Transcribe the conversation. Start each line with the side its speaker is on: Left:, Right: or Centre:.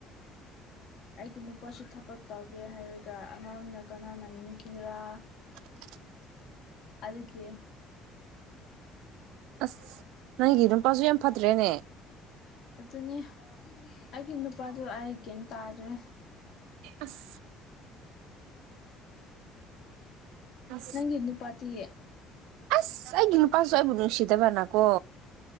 Left: ꯑꯩꯒꯤ ꯅꯨꯄꯥꯁꯨ ꯊꯕꯛ ꯇꯧꯒꯦ ꯍꯥꯏꯔꯒ ꯑꯉꯥꯡꯅ ꯀꯅꯥꯅ ꯌꯦꯟꯈꯤꯔꯥ
Right: <inaudible>
Left: ꯑꯗꯨ ꯀꯦ
Right: ꯑꯁ ꯅꯪꯒꯤ ꯅꯨꯄꯥꯁꯨ ꯌꯥꯝ ꯐꯠꯇ꯭ꯔꯦꯅꯦ
Left: ꯑꯗꯨꯅꯦ ꯑꯩꯒꯤ ꯅꯨꯄꯥꯗꯨ ꯑꯩꯒꯦꯅ ꯇꯥꯗ꯭ꯔꯦ
Right: ꯑꯁ ꯑꯁ
Left: ꯅꯪ ꯏꯅ ꯄꯇꯦ
Right: ꯑꯁ ꯑꯩꯒꯤ ꯅꯨꯄꯥꯁꯨ ꯑꯩꯕꯨ ꯅꯨꯡꯁꯤꯗꯕꯥꯅꯥ ꯀꯣ